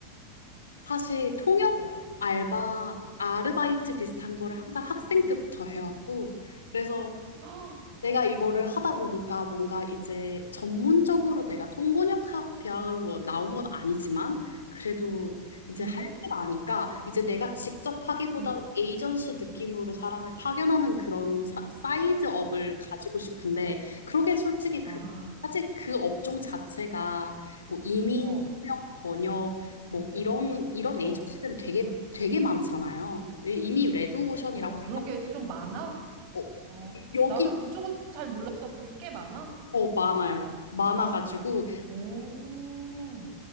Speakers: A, on the left; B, on the right.
A: 사실 통역
B: 뭐가?
A: 알바,
B: 어.
A: 아르바이트 비슷한 거를 항상 학생
B: <gasps>
A: 때부터 해왔고, 그래서
B: 아,
A: 내가 이거를 하다
B: 나.
A: 보니까 뭔가 이제 전문적으로 내가 통번역학 대학으로 나온 건 아니지만 그래도 이제
B: 응?
A: 할 줄 아니까 이제 내가 직접 하기보다는
B: 응.
A: 에이전시 느낌으로 사람을 파견하는 그런 사, 이드 업을 가지고 싶은데 그러게 솔직히
B: 아,
A: 그 사실 그 업종 자체가 뭐 이민,
B: 어,
A: 통역, 번역 뭐 이런 이런
B: 어,
A: 에이전시들은 되게 되게 많잖아요. 이- 이미 레드오션이라고
B: 어,
A: 생각
B: 그런 게 좀 많아?
A: 어,
B: 어, 그-
A: 여기
B: 나는 그쪽은 잘 몰라서 그게 꽤 많아?
A: 어, 많아요. 많아가지고,
B: 오,